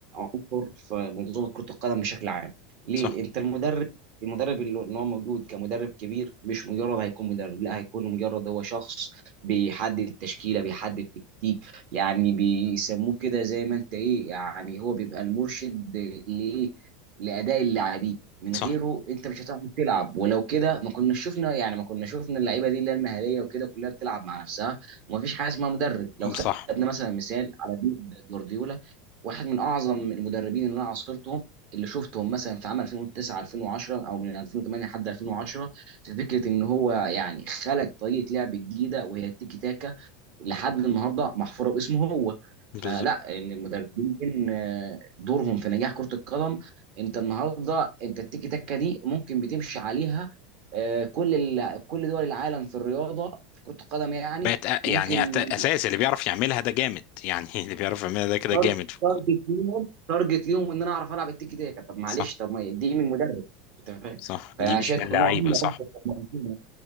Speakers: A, on the right; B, on the left.
A: دكتور في منظومه كره القدم بشكل عام ليه
B: صح
A: انت المدرب المدرب اللي اللي هو موجود كمدرب كبير مش مجرد هيكون مدرب لا هيكون مجرد هو شخص بيحدد التشكيله بيحدد التكتيك يعني بيسموه كده زي ما انت ايه يعني هو بيبقى المرشد لايه لاداء اللاعبين من
B: صح
A: غيره انت مش هتعرف تلعب ولو كده ما كنا شفنا يعني ما كنا شفنا اللعيبه دي اللي هي المهاريه وكده كلها بتلعب مع نفسها ومفيش حاجه اسمها مدرب لو
B: صح
A: خدنا مثلا مثال على بيب جوارديولا واحد من اعظم المدربين اللي انا عاصرتهم اللي شفتهم مثلا في عام 2009 2010 او من 2008 لحد 2010 في فكره ان هو يعني خلق طريقه لعب جديده وهي التيكي تاكا لحد النهارده محفوره باسمه هو
B: بالظبط
A: فلا ان المدربين آه، دورهم في نجاح كره القدم انت النهارده انت التيكي تاكا دي ممكن بتمشي عليها آه، كل ال- كل دول العالم في الرياضه في كره القدم يعني
B: بقت أ-
A: ممكن
B: يعني أت- اساس اللي بيعرف يعملها ده جامد يعني <laughs> اللي بيعرف يعملها ده كده
A: تارجت
B: جامد في الكوره
A: تارجت ليهم تارجت ليهم ان انا اعرف العب التيكي تاكا طب معلش
B: صح
A: طب ما دي من مدرب انت فاهم
B: صح
A: فانا
B: دي مش
A: شايف
B: من اللعيبه
A: ان هو اهم
B: صح
A: عنصر في المنظومه